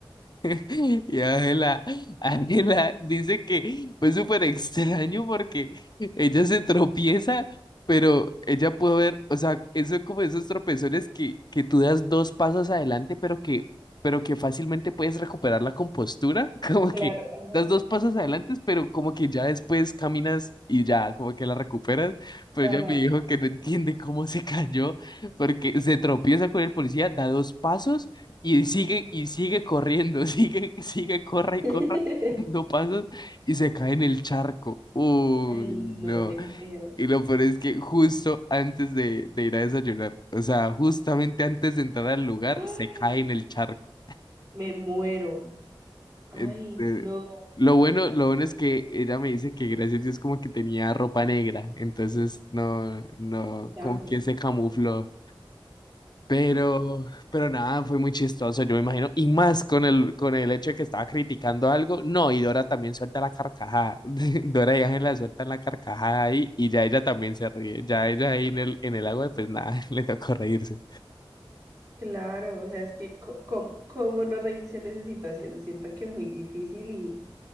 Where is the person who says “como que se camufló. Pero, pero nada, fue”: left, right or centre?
Left